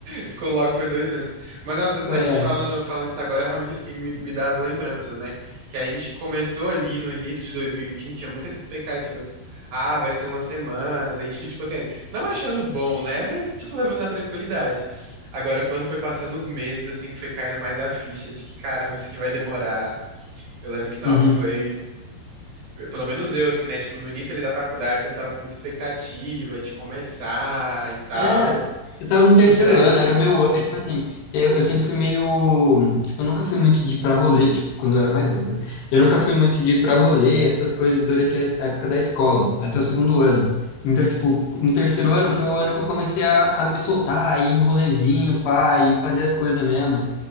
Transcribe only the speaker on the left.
<laughs>
É. uhum.
É, eu tava no terceiro
ano, era o meu, an- é tipo assim, eu, eu sempre fui meio, tipo, eu nunca fui muito de ir pra rolê, tipo, quando eu era mais novo, né? Eu
nunca fui muito de ir pra rolê, essas coisas durante a es- a época da escola, até o segundo ano. Então, tipo, no terceiro ano foi o ano que eu comecei a, a me soltar, a ir em rolezinho, pá, e fazer as coisas mesmo.